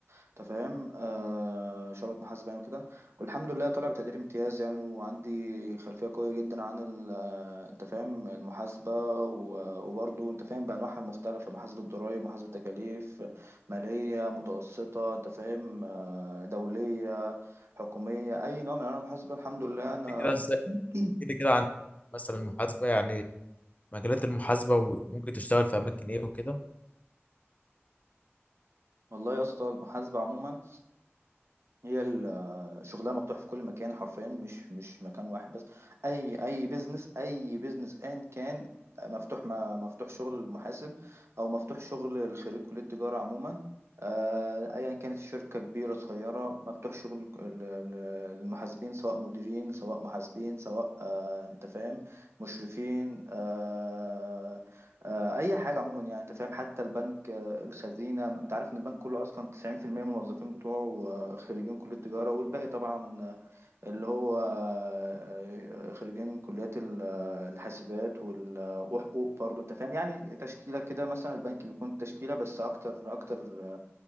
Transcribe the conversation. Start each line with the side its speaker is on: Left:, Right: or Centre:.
Right: انت فاهم آه شعبة محاسبة يعني وكده والحمد لله طالع بتقدير امتياز يعني وعندي خلفية قوية جدا عن ال- آه، انت فاهم المحاسبة و- وبرضه انت فاهم بأنواعها المختلفة محاسبة ضرائب محاسبة تكاليف مالية متوسطة انت فاهم آه، دولية حكومية أي نوع من أنواع المحاسبة الحمد لله أنا
Left: كده كده ازاي
Right: <clears throat>
Left: كده كده عن مثلا المحاسبة يعني مجالات المحاسبة وممكن تشتغل في اماكن ايه وكده
Right: والله يا اسطى المحاسبة عموما هي ال- شغلها مفتوح في كل مكان حرفيا مش مش مكان واحد بس اي اي بيزنس اي بيزنس ان كان مفتوح ما مفتوح شغل المحاسب او مفتوح شغل خريج كلية التجارة عموما آه، ايا كانت الشركة كبيرة صغيرة مفتوح شغل ال- ال- المحاسبين سواء مديرين سواء محاسبين سواء آه، انت فاهم مشرفين آه، آه، اي حاجة عموما يعني انت فاهم حتى البنك الخزينة انت عارف ان البنك كله اصلا 90% من الموظفين بتوعه آه، خريجين كلية تجارة والباقي طبعا آه، اللي هو آه، آه، خريجين كليات ال- آه، الحاسبات وال- آه، وحقوق برضه انت فاهم يعني تشكيلة كده مثلا البنك بيكون تشكيلة بس اكتر اكتر آه،